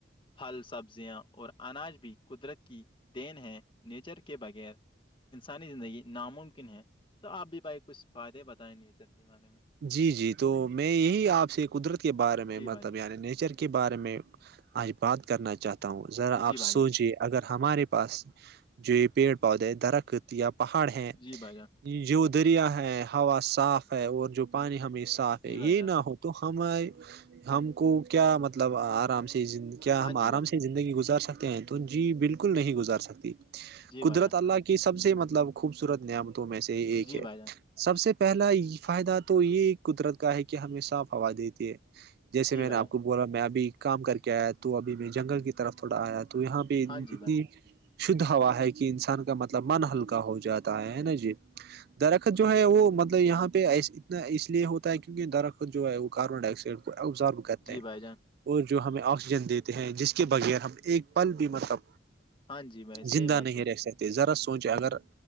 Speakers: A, on the left; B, on the right.
A: پھل سبزیاں اور اناج بھی قدرت کی دین ہے نیچر کے بغیر انسانی زندگی ناممکن ہے تو آپ بھی بھائی کچھ فائدے بتائیں نچر کے بارے میں
B: جی جی تو میں یہی آپ سے قدرت کے بارے میں
A: جی بھائی
B: مطلب
A: جان
B: یعنی نیچر کے کے بارے میں آج بات کرنا چاہتا ہوں ذرا
A: جی
B: آپ سوچے
A: بھائی جان
B: اگر ہمارے پاس جو یہ پیڑ پودے درخت یا پہاڑ ہیں
A: جی بھائی جان
B: جو دریا ہے ہوا صاف ہے اور جو پانی ہمیں صاف
A: جی
B: ہے یہ
A: بھائی جان
B: نہ ہو تو ہم ہم کو کیا مطلب آرام سے کیا
A: ہاں
B: ہم آرام
A: جی بھائی
B: سے گزار سکتے ہیں تو جی بالکل نہیں گزار سکتی
A: جی
B: قدرت
A: بھائی جان
B: اللہ کے سب سے مطلب خوبصورت نعمتوں میں سے ایک
A: جی
B: ہے
A: بھائی جان
B: سب سے پہلا یہ فائدہ تو تو یہ قدرت کا ہے کہ ہمیں صاف ہوا دیتی ہے جیسے
A: جی
B: میں
A: بھائی
B: نے آپ
A: جان
B: کو بولا میں ابھی کام کر کے آیا تو ابھی میں جنگل کی طرف تھوڑا آیا تو یہاں پہ اتنی
A: ہاں جی بھائی
B: شھ ہوا ہے کہ انسان کا مطلب من ہلکا ہو جاتا ہے ہے نا جی درخت جو ہے وہ مطلب یہاں پہ ای اس لیے ہوتا ہے کیونکہ درخت جو ہے وہ کاربن ڈائیکسائڈ کو ابزرو کرتے
A: جی
B: ہیں
A: بھائی جان
B: اور جو ہمیں آکسیجن دیتے ہیں جس کے بغیر ہم ایک پل بھی مطلب
A: ہاں جی بھائی صحیح
B: زندہ
A: بات
B: نہیں
A: بولے
B: ہے رہ سکتے ذرا سونچے اگر